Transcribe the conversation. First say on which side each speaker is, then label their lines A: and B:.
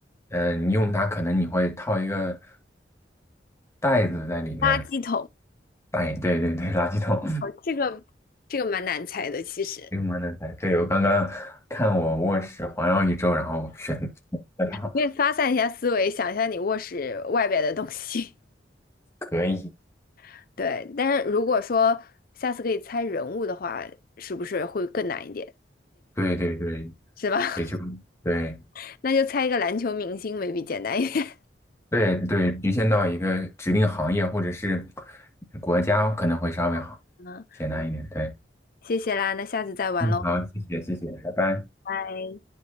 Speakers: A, on the left; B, on the left.
A: 呃，你用它可能你会套一个袋子在里面，
B: 垃圾桶。
A: 袋，对对对，垃圾桶，
B: 哦，这个这个蛮难猜的，其实。
A: <laughs> 用完的袋。对，我刚刚看我卧室环绕一周，然后选的它，
B: 可以发散一下思维，想一下你卧室外边的东西。
A: 可以。
B: <laughs> 对，但是如果说下次可以猜人物的话，是不是会更难一点？
A: 对对对
B: 是吧？
A: 对，就对
B: <laughs> 那就猜一个篮球明星，maybe 简单一点。
A: 对对，局限到一个指定行业或者是国家可能会稍微好
B: <laughs> 嗯，
A: 简单一点，对。
B: 谢谢啦，那下次再玩喽，
A: 嗯，好，谢谢谢谢，拜拜。
B: 拜。